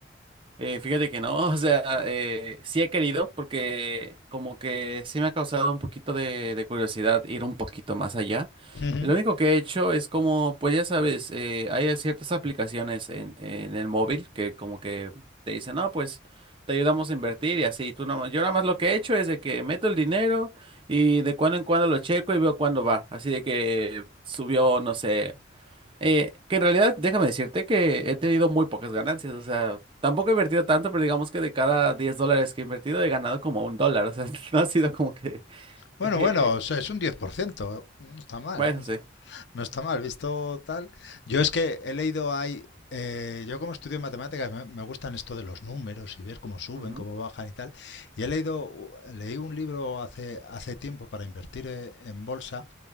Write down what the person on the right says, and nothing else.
Eh, fíjate que no, <laughs> o sea, eh, sí he querido porque como que sí me ha causado un poquito de, de curiosidad ir un poquito más allá.
Lo único que he hecho es como, pues ya sabes, eh, hay ciertas aplicaciones en, en el móvil que como que te dicen, no, pues te ayudamos a invertir y así. Tú nada más- yo nada más lo que he hecho es de que meto el dinero y de cuando en cuando lo checo y veo cuándo va. Así de que subió, no sé. Eh, que en realidad, déjame decirte que he tenido muy pocas ganancias, o sea, tampoco he invertido tanto, pero digamos que de cada 10 dólares que he invertido he ganado como un dólar, o sea, <laughs> no ha sido como que...
eh,
bueno,
sí.
Ujú,